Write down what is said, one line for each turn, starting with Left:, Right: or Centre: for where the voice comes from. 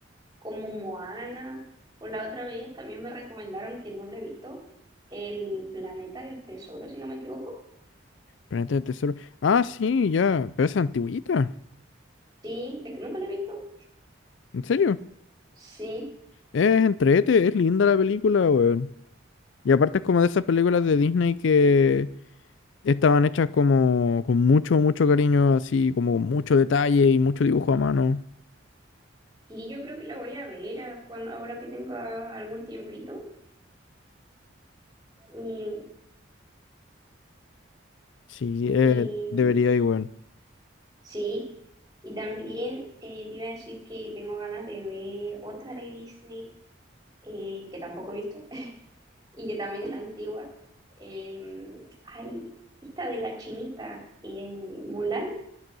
Right: como Moana. O la otra vez también me recomendaron que no la he visto. El Planeta del Tesoro, si no me equivoco.
Left: Planeta del Tesoro. Ah, sí, ya. Pero esa es antigüita.
Right: Sí, es que nunca la he visto.
Left: ¿En serio?
Right: Sí,
Left: Es entrete, es linda la película, weón. Y aparte es como de esas películas de Disney que estaban hechas como con mucho, mucho cariño, así, como con mucho detalle y mucho dibujo a mano.
Right: y yo creo que la voy a ver a cuan- ahora que tenga algún tiempito. Y,
Left: Sí, eh,
Right: y
Left: debería ir, weón.
Right: sí, y también eh, te iba a decir que tengo ganas de ver otra de Disney eh, que tampoco he visto, <laughs> y que también es antigua. Eh, ay, esta de la chinita en Mulan,